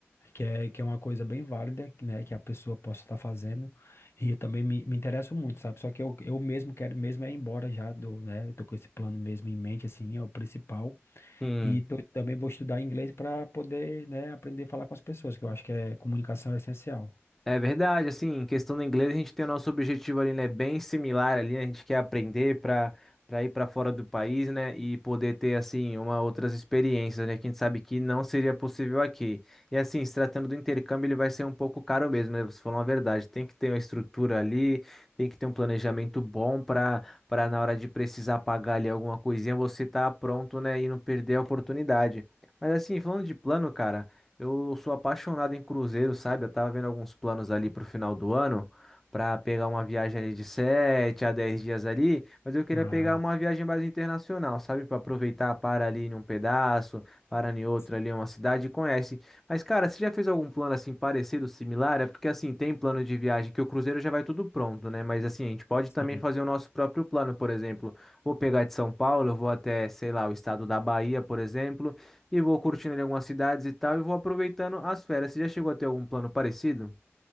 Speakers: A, on the left; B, in the centre.
A: que é, que é uma coisa bem válida, né? Que a pessoa possa estar fazendo. E eu também me, me interesso muito, sabe? Só que eu, eu mesmo quero mesmo é ir embora já do, né? Eu tô com esse plano mesmo em mente, assim, é o principal.
B: Sim.
A: E tô- também vou estudar inglês para poder, né? Aprender a falar com as pessoas, que eu acho que é comunicação é essencial.
B: É verdade, assim, em questão do inglês, a gente tem o nosso objetivo ali, né, bem similar ali, né, a gente quer aprender para para ir para fora do país, né, e poder ter, assim, uma outras experiências, né, que a gente sabe que não seria possível aqui. E, assim, se tratando do intercâmbio, ele vai ser um pouco caro mesmo, né, você falou uma verdade, tem que ter uma estrutura ali, tem que ter um planejamento bom para para na hora de precisar pagar ali alguma coisinha, você tá pronto, né, e não perder a oportunidade. Mas, assim, falando de plano, cara. Eu sou apaixonado em cruzeiro, sabe? Eu tava vendo alguns planos ali pro final do ano pra pegar uma viagem ali de 7 a 10 dias ali, mas eu queria
A: Ah,
B: pegar uma viagem mais internacional, sabe? Pra aproveitar, para ali em um pedaço, para em outro
A: sim.
B: ali uma cidade e conhece. Mas cara, você já fez algum plano assim parecido, similar? É porque assim, tem plano de viagem que o cruzeiro já vai tudo pronto, né? Mas assim, a gente pode
A: sim.
B: também fazer o nosso próprio plano, por exemplo, vou pegar de São Paulo, eu vou até, sei lá, o estado da Bahia, por exemplo, e vou curtindo ali algumas cidades e tal, e vou aproveitando as férias. Você já chegou a ter algum plano parecido?